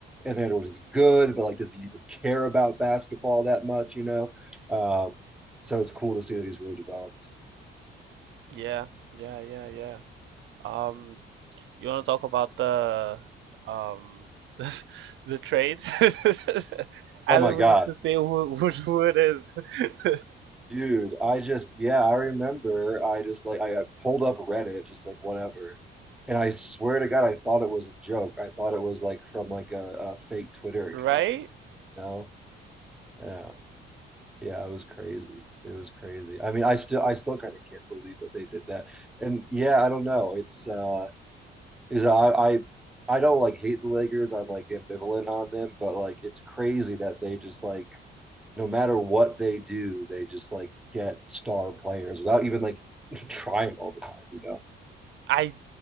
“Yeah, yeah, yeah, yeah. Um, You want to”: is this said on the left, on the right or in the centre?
Right